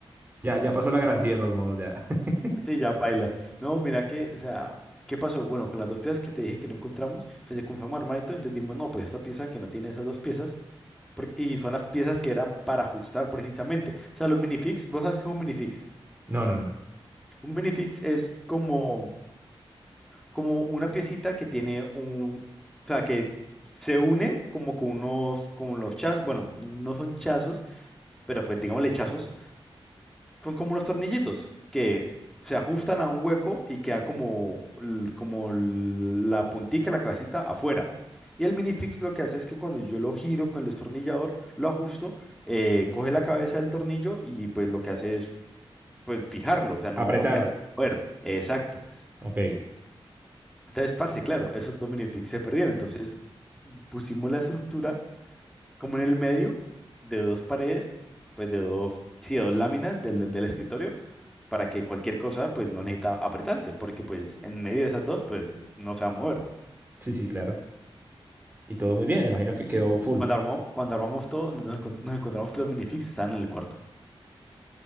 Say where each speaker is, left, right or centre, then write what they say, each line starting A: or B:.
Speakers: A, on the right (about 20°); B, in the centre.
A: Ya, ya pasó la garantía de todos modos, ya. <laughs>
B: Sí, ya paila. No, mira que, o sea, ¿qué pasó? Bueno, con las dos piezas que te dije que no encontramos, pues se confirmó armadito, entonces dijimos, no, pues esta pieza que no tiene esas dos piezas, por- y son las piezas que eran para ajustar precisamente. O sea, los minifix, vos sabes que es un minifix.
A: No, no, no.
B: Un minifix es como como una piecita que tiene un, o sea, que se une como con unos, con los chazos, bueno, no son chazos, pero pues digámosle chazos, son como unos tornillitos que se ajustan a un hueco y queda como, l- como l- la puntica, la cabecita afuera. Y el minifix lo que hace es que cuando yo lo giro con el destornillador, lo ajusto, eh, coge la cabeza del tornillo y pues lo que hace es pues fijarlo, o sea, no
A: Apretar.
B: deja de mover. Exacto.
A: Ok.
B: Entonces, parce, claro, esos Dominifix se perdieron. Entonces, pusimos la estructura como en el medio de dos paredes, pues de dos, sí, de dos láminas del, del escritorio, para que cualquier cosa, pues no necesita apretarse, porque pues en medio de esas dos, pues no se va a mover.
A: Sí, sí, claro. Y todo muy bien, me imagino que quedó
B: Y
A: full.
B: cuando armó, cuando armamos todo, nos, encon- nos encontramos que los minifix están en el cuarto.